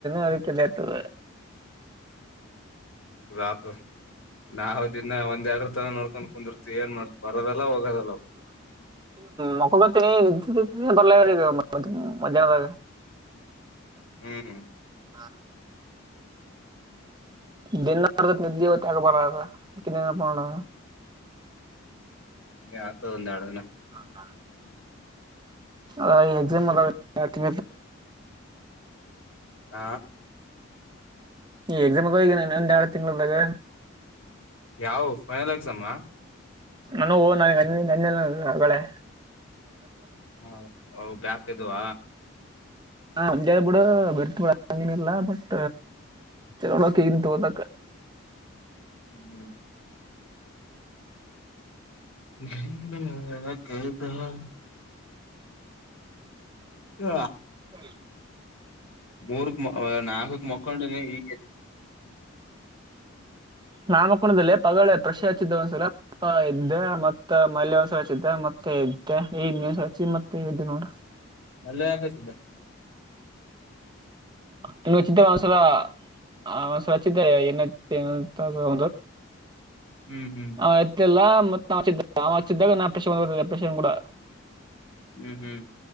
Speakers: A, on the right (about 20°); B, on the left (about 75°).
A: ಅದಕ್ಕೆೆ ನತದೆ
B: ರಾತ್ ನಾವವು ದನ್ನ ಒಂದ್ ಎರರ ತರ ನೋಡ್ಕೊಂಡ್ ಕುಂದಿರ್ತಿವಿ ಏನ್ ಮಾಡ್ ಬರದಲ್ಲ ಹೋಗೋದಲ್ಲ
A: ಮೊಕೊಬತನ ನಿದ್ದ ಪಲ ಮ ಮಜ್ಯಾಹನದ
B: ಹ್ಮ್
A: ಆ ದಿನಾರಕ್ಕೆ ನಿದ್ದೆ ಇತ್ತ ಆಗ ಬರನಪ್ಪ ಮಾಡೋಡ
B: ಆತದ ಒಂದು ಎರಡನ
A: ಆ ಅ ಈ ಎಕ್ಸಾಮ್ ಅ ತಿ
B: ಆ
A: ಈ ಎಕ್ಸಾಮಗೆ ಹಗನೆ ಒಂದ ಎರಡು ತಿಂಗಳದಾಗ
B: ಯಾವ ಫೈನಲ್ ಆಗಸಮ್ಮ
A: ನಾನು ಓ ನನ ನನ್ನಲ್ಲ ಹೊಗಳೇ
B: ಹಾ ಹ ಬ್ಯಾಕ್ದುುವ
A: ಹ ಬಿೂಡ ಬರ್ತ ಬಿಡ ಹಂಗೇನಲ್ಲ ಬಟ್ ಚಲೋ ನಕ ಈಗ ತಗೋನಕ
B: ಹ್ಮ್ ಹದ ಹ
A: ಹ್ಮ
B: ಮೂರ್ ನಾಾಗ ಮಕ್ಕಂಡ ಈ
A: ನಾಮಕಣದಲ್ಲಿ ಪಗ ಷಿ ಹಚ್ಚಿದ್ದ ಒಂದ್ಸಲ ಮ ಇದ್ದೆ ಮತ್ತ ಮಲೆ ಒಂದ್ಸಲ ಹಚ್ಚಿದ್ದೆ ಮತ್ತೆ ಈನ್ವಸ್ ಹಸಿ ಮತ್ತೆದ ನೋಡ್ರ
B: ಲೆಯಕ ಸಿಿದ್ದ
A: ಇನ್ನ ವಚಿದ್ದ ಒಂಸಲ ಆ ಒ್ ಸ್ವಚ್ಿದ್ದೇ ಏನತ್ತದು
B: ಹ್ಮ್ ಹ್ಮ್
A: ಅವ ಎತ್ತಲ್ಲ ಮತ್ತತ್ ನಾವ ಅವಿದ್ದಾಗ ನಾ ಪೆಂದ ಬನ್ ಕೂಡ
B: ಹ್ಮ್ ಹ್ಮ್